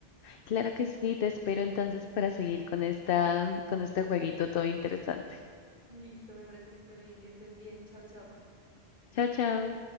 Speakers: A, on the left; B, on the left.
A: Claro que sí, te espero entonces para seguir con esta, con este jueguito todo interesante.
B: Listo, me parece súper bien que estés bien. Chao, chao.
A: Chao, chao.